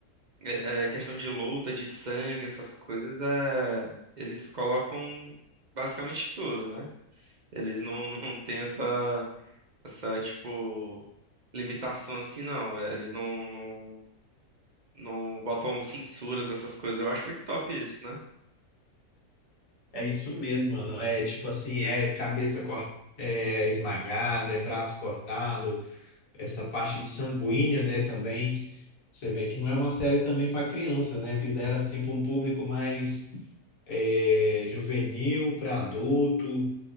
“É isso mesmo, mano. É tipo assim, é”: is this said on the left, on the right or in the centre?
Left